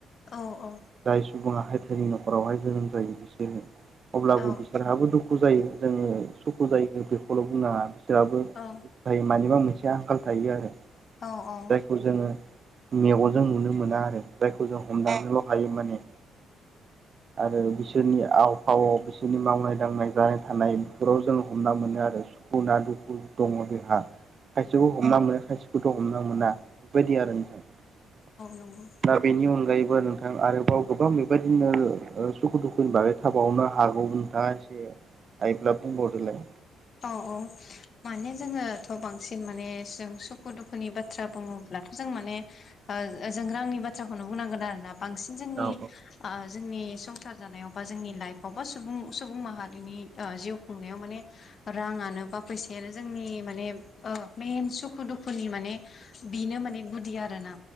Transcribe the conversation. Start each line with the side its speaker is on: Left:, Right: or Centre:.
Left: औ-औ
Right: जाय सुबुङा हायथनि न'खरावहाय जोनोम जायो बिसोरो अब्लाबो
Left: औ
Right: बिसोरहाबो दुखु जायो जोङो सुखु जायो बेखौल' बुंनो हाया बिसोरहाबो
Left: औ नंगौ औ
Right: दुखु मानिबा मोनसे आंखाल थायो आरो
Left: औ औ
Right: जायखौ जोंङो। मेगनजों नुनो मोना आरो जायखौ जों हमदांनोल' हायो माने आरो बि बिसोरनि आव फावाव बिसोरनि मावनाय दांनाय जानाय थानाय बेफोराव जों हमना मोनो आरो दुखु ना दुखु दङ जोंहा खायसेखौ हमना मोनो खायसेखौथ' हमना मोना बेबायदि आरो नोंथां
Left: नंगौ
Right: बेनि अनगायैबो नोंथां आरोबाव गोबां बेबायदिनो सुखु दुखुनि बागै थाबावनो हागौ मानसे आइब्ला बुंबावदोलाय
Left: औ औ माने जोङोथ' बांसिन माने जों सु दुखु दुखुनि बाथ्रा बुङोब्लाथ' जों माने ओ जों रांनि बाथ्राखौनो बुंनांगोन आरोना बांसिन जोंनि
Right: औ
Left: जोंनि संसार जानायाव बा जोंनि लाइफआव बा सुबुं सुबुं माहारिनि जिउ खुंनायाव माने राङानो बा फैसायानो जोंनि माने मेेन सुखु दुखुनि माने बेनो माने गुदि आरोना